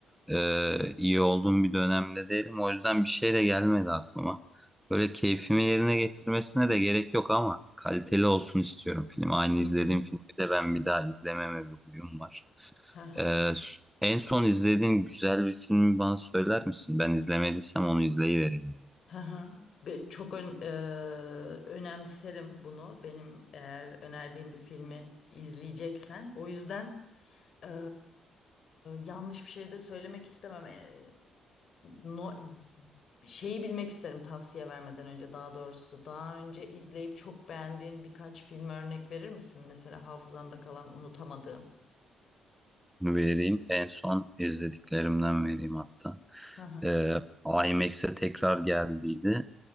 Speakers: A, in the centre; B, on the left.
A: e, iyi olduğum bir dönemde değilim. O yüzden bir şey de gelmedi aklıma. Böyle keyfimi yerine getirmesine de gerek yok ama kaliteli olsun istiyorum film. Aynı
B: Hı
A: izlediğim
B: hı.
A: filmi de ben bir daha izlememe bir huyum var.
B: Hı hı.
A: Ee, s- en son izlediğin güzel bir filmi bana söyler misin? Ben izlemediysem onu izleyivereyim.
B: Hı çok ön- e, önemserim bunu. Benim eğer önerdiğim bir filmi izleyeceksen. O yüzden Eee, yanlış bir şey de söylemek istemem. Eee, no- şeyi bilmek isterim tavsiye vermeden önce daha doğrusu. Daha önce izleyip çok beğendiğin birkaç film örnek verir misin? Mesela hafızanda kalan unutamadığın.
A: Onu vereyim. En son izlediklerimden vereyim hatta.
B: Hı hı.
A: Ee, IMAX'e tekrar geldiydi.